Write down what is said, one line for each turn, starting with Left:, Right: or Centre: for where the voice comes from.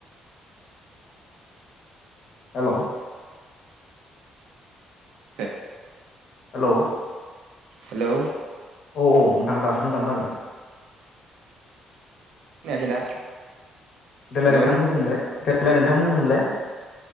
Left: हेलव।
Right: ए।
Left: हेलौ।
Right: हेलौ।
Left: औ औ नोंथां दासो मोजां खोनादों।
Right: खोनायाखै दा?
Left: देेलाय
Right: हेलौ
Left: नोंथां बुंफिनलाय। देलाय नोंथां बुंफिनलाय।